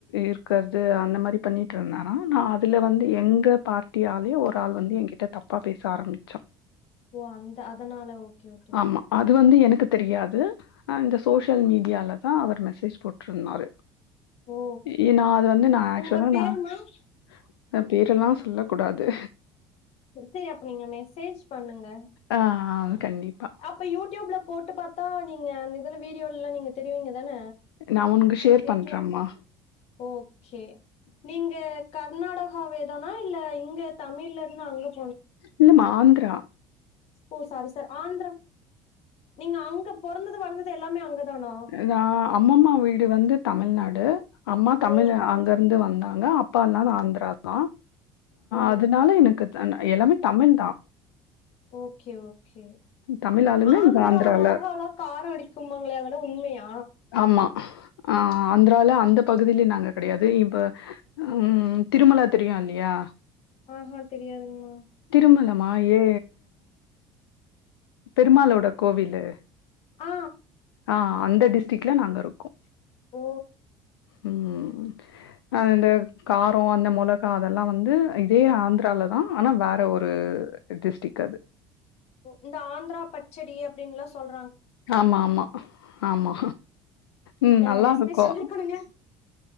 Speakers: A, on the left; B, on the left.
A: இருக்கிறது அந்த மாரி பண்ணிட்டு இருந்தா ந அதுல வந்து எங்க பார்ட்டியால ஒரு அந்த ஆள் வந்து என்கிட்ட தப்பா பேச ஆரம்பிச்சா
B: ஓ அந்த அதனால ஓகே ஓகே
A: ஆமா அது வந்து எனக்கு தெரியாது அந்த சோசியல் மீடியால தா அவரு மெசேஜ் போட்ருந்தாரு
B: ஓ!
A: ஏ நா அது வந்து நா ஆக்சுவலா
B: உங்க பேரு
A: நா
B: மேம்?
A: பேரெல்லா சொல்ல கூடாது
B: சரி அப்ப நீங்க மெசேஜ் பண்ணுங்க
A: ஆ ஆ கண்டிப்பா
B: அப்ப போட்டு பாத்தா நீங்க அந்த இதுல வீடியோல எல்லா நீங்க தெரிவீங்க தான
A: நா உனக்கு ஷேர்
B: இருக்கலா
A: பண்றேம்மா
B: ஓக்கே நீங்க கர்நாடகாவே தானா இல்ல இங்க தமிழ்ல இருந்து அங்கப்
A: இல்லமா ஆந்த்ரா
B: ஓ சாரி சார் ஆந்த்ரா நீங்க அங்க பொறந்தது வளந்தது எல்லாமே அங்க தானா?
A: நா அம்மம்மா வீடு வந்து தமிழ்நாடு அம்மா தமிழ்
B: ஓ!
A: அங்கிருந்து வந்தாங் ங்க அப்பால்லா ஆந்திரா தா
B: ஓ!
A: அதனால எனக்குத் எல்லாமே தமிழ் தா
B: ஓகே ஓகே
A: தமிழ் ஆளுங்க
B: ஆந்திரா
A: இங்க ஆந்திரால
B: மொளகாலா கார அடிக்கும்பாங்களே அதலா உம்மையா
A: ஆமா ஆ ஆந்த்ரால அந்த பகுதியில நாங்க கடையாது இப்ப ம் திருமலா தெரியு இல்லியா
B: ஆஹா தெரியாதுங்மா
A: திருமலமா ஏ பெருமாலோட கோவிலு
B: ஆ
A: ஆ அந்த டிஸ்டிக்ல நாங்க இருக்கோ
B: ஓ
A: ம் ஆ இந்த காரோ அந்த மொளகா அதெல்லா வந்து இதே ஆந்த்ராலதா ஆனா வேற ஒரு டிஸ்டிக் அது
B: இந்த ஆந்த்ரா பச்சடி அப்டின்னு எல்லாம் சொல்ரா
A: ஆமா ஆமா ஆமா ம்
B: எனக்கு
A: நல்லா
B: ரெசிபி
A: இருக்கு
B: சொல்லி குடுங்க